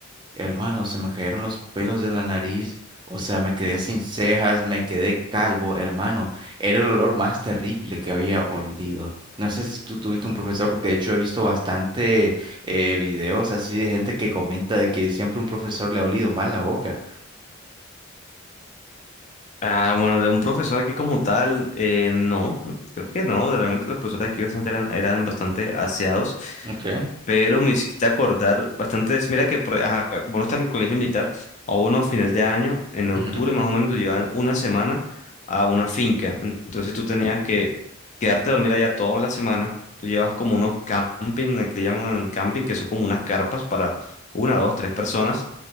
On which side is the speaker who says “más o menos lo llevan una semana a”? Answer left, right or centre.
Left